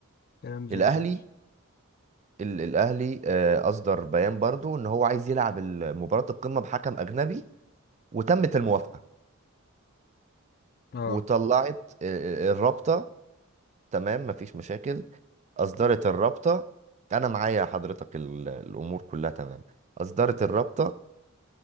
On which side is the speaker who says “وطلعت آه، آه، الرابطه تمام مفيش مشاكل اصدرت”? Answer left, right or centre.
Right